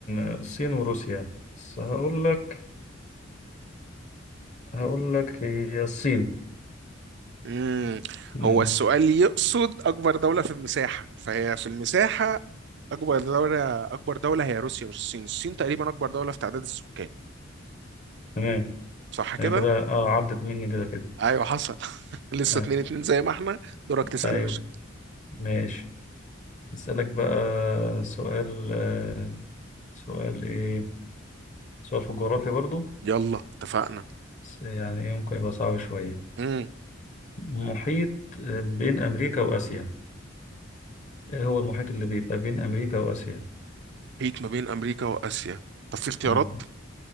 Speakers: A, on the left (about 40°); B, on the right (about 60°).
A: الصين وروسيا بس هقول لك هقول لك هي الصين
B: امم
A: مم.
B: هو السؤال يقصد اكبر دولة في المساحة فهي في المساحة اكبر دولة اكبر دولة هي روسيا مش الصين الصين تقريبا اكبر دولة في تعداد السكان
A: تمام
B: صح كده
A: هي كده اه عدت مني ده كده
B: ايوه حصل <laughs> لسه
A: آه.
B: اتنين اتنين زي ما احنا دورك تسأل
A: أيوه
B: يا باشا
A: ماشي أسألك بقى سؤال آه، سؤال إيه سؤال في الجغرافيا برضو
B: يلا اتفقنا
A: بس يعني إيه ممكن يبقى صعب شوية
B: امم
A: محيط آه، بين أمريكا وآسيا إيه هو المحيط اللي بيبقى بين أمريكا وآسيا؟
B: محيط ما بين امريكا واسيا طب في اختيارات
A: مم.